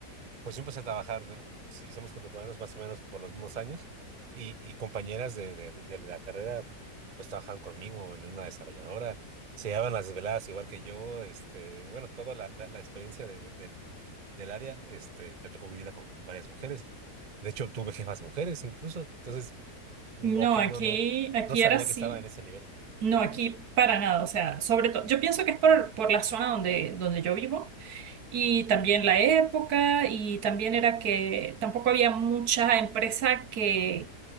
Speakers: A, on the right; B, on the right.
A: pues yo empecé a trabajar, si somos contemporáneos, más o menos por los mismos años, y, y compañeras de, de, de la carrera, pues trabajaban conmigo en una desarrolladora, se llevaban las desveladas igual que yo, este, bueno, toda la, la, la experiencia de, de- del del área, este, me tocó vivirla con, con varias mujeres. De hecho, tuve jefas mujeres incluso, entonces, mm,
B: No,
A: ok,
B: aquí,
A: no, no,
B: aquí
A: no sabía
B: era así.
A: que estaba en ese nivel.
B: No, aquí para nada. O sea, sobre todo, yo pienso que es por, por la zona donde, donde yo vivo Y
A: Ujú.
B: también la época, y también era que tampoco había mucha empresa que,